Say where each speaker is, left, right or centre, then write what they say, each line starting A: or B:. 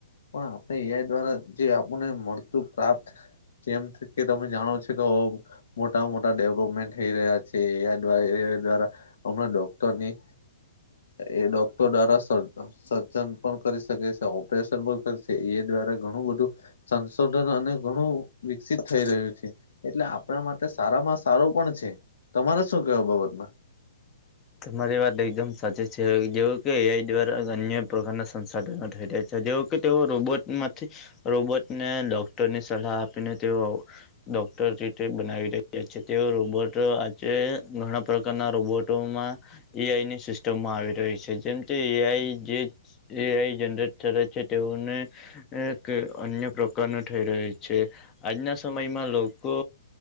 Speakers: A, on the left; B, on the left.
A: પણ આપણે એઆઈ દ્વારા જે આપણને મળતું પ્રાપ્ત જેમ કે તમે જાણો છો કે મોટા મોટા ડેવલોપમેન્ટ થઈ રહ્યા છે્વા દ્વારા હમણાં ડોક્ટરની એ ડોક્ટર ડારા સ સન પણ કરી શકે છે ઓપરેશન પણ કરીકે એ દ્વારા ઘણું બધું સંશોધન અને ઘણું વિકસિત થઈ રહ્યું છે એટલે આપણા માટે સારામાં સારું પણ છે તમારે શું કેવ બાબતમાં.?
B: તમારી વાત એકદમ સાચી છે જેવ કે એઆઈ દ્વારા અન્ય પ્રકારના સંસાધનો થઈ જાય છે. જે કે તેઓ રોબોટ માંથી રોબોટને ડોક્ટરની સલાહ આપીને તેઓ ડોક્ટર રીતે બનાવી રે છે તેઓ રોબોટ આજે ઘણા પ્રકારના રોબોટોમાં. એઈ આઈની સિસ્ટમ માં આવી રહી છે. જેમ કે એઆઈ જે એઆઈ જનરેટ થે છે તેઓને કે અન્ય પ્રકારનું થઈ રહ્યો છે આજના સમયમાં લોકો